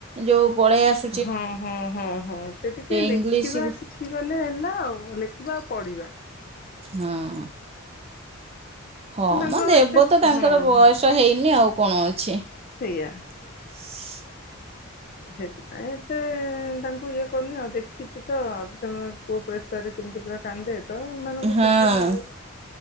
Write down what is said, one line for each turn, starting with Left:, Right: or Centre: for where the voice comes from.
Right: ଯୋଉ ପଳେଇ ଆସୁ
Left: ହଁ ହଁ ହଁ ହଁ ସେ ଟିକେ
Right: ଇଂଲିଶ
Left: ଲେଖିବା
Right: ହୁଁ
Left: ଶିଖିଗଲେ ହେଲା ଆଉ ଲେ ଖୀବା ଆଉ ପଢ଼ିବା।
Right: ହଁ ହଁ
Left: ତାଙ୍କୁ
Right: ମ
Left: ଆଉ
Right: ଦେବ
Left: ଏତେ
Right: ତ ତାଙ୍କର
Left: ହଁ
Right: ବୟସ
Left: ହଁ
Right: ହେଇ ନି ଆଉ କଣ ଅଛି।
Left: ସେଇଆ।
Right: <inaudible>
Left: ସେଥିପାଇଁ ଏତେ ତାଙ୍କୁ ଇଏ କରୁନି ଆଉ ଦେଖ ଖିଚି ତ ଆ ସେ ଅ ପୁଅ ପ୍ରେସର୍ରରେ କେମିତି ପୁରା କାନ୍ଦେ। ତ ଏମାନଙ୍କୁ
Right: ହଁ।
Left: ସେଥିପାଇଁ ଆଉ